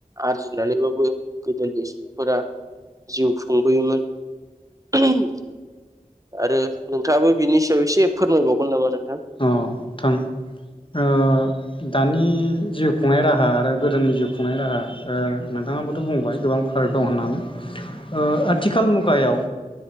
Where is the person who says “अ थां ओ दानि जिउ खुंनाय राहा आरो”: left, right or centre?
Left